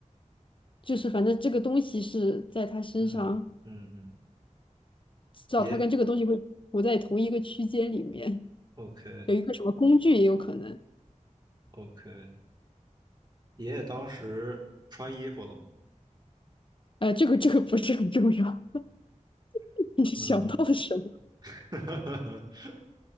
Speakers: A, on the left; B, on the right.
A: 就是反正这个东西是在他身上，
B: 嗯嗯嗯，
A: 至少他跟这个东西会不在同一个区间里面。
B: 爷 OK
A: 有一个什么工具也有可能。
B: OK，爷爷当时穿衣服了吗？
A: 呃，这个这个不是很重要，<laughs>
B: <laughs>
A: 你想到了什么？
B: 嗯，<laughs>